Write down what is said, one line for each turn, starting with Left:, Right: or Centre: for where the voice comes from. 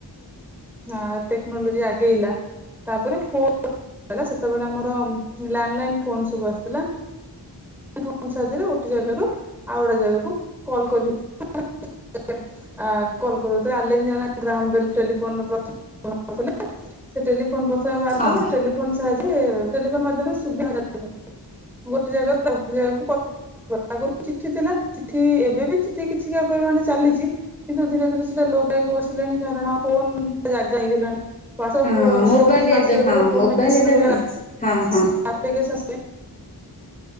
Centre: ହଁ ଟେକ୍ନୋଲୋଜି ଆଗେଇଲା। ତାପରେ ଫୋ ହେଲା। ସେତେବେଳେ ଆମର ଲ୍ୟାଣ୍ଡଲାଇନ୍ ଫୋନ ସବୁ ଆସୁଥିଲା। ଫୋନ୍ ସାହାଯ୍ୟରେ ଗୋଟେ ଜାଗାରୁ ଆଉ ଗୋଟେ ଜାଗାକୁ କଲ୍ କରିହ <inaudible> କଲ କରୁ। ଯେତେବେଳେ ଆଲେକଯାହାଗ୍ରାହାମ ଟେଲିଫୋନର ପ୍ରଥ <inaudible> ଟେଲିଫୋନ ପ୍ରଥମେ ବାହାର
Left: ହଁ
Centre: କଲେ। ଟେଲିଫୋନ୍ ସାହା ଟେଲିଫୋନ ମାଧ୍ୟାମରେ ସୁବିଧା <inaudible> ଗୋଟେ ଜାଗାକୁ ଆଉ ଗୋଟେ ଜାଗାକୁ କ ଗ ଚିଠି ଥିଲା, ଚିଠି ଏବେ ବି ଚିଠି କିଛିଟା ପରିମାଣ ଚାଲିଛି, କିନ୍ତୁ ଧୀରେ ଧୀରେ ସେଟା ଲୋକପାଇବାକୁ ବସିଲାଣି କାରଣ ଫୋନ ଯାଗା ହେଇଗଲାଣି। ୱାଟସପ
Left: ହଁ
Centre: ଫୋନ୍
Left: ମୋବାଇଲ ଏବେ
Centre: ଆସିବା
Left: ହଁ
Centre: ଦ୍ଵାରା, ଫୋନ
Left: ମୋବାଇଲ
Centre: ବିଭିନ୍ନ
Left: ଏବେ
Centre: ପ୍ରକାରର
Left: ମାନେ
Centre: ଆପ
Left: ହଁ ହଁ
Centre: ଆପ୍ଲିକେସନସ୍ ନାଇ।